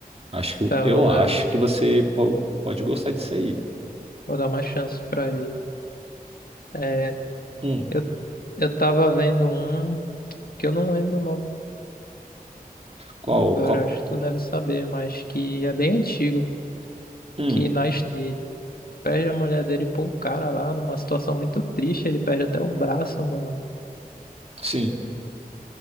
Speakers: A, on the right; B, on the left.
A: Acho
B: Tá,
A: que eu
B: vou dar,
A: acho que você po- pode gostar disso aí.
B: vou dar uma chance pra ele. É,
A: Hum,
B: Eu, eu tava vendo um que eu não lembro o nome
A: qual,
B: agora,
A: qual?
B: acho que tu deve saber, mas que é bem antigo,
A: Hum,
B: que nasce e perde a mulher dele pra um cara lá numa situação muito triste, ele perde até o braço, mano.
A: sim.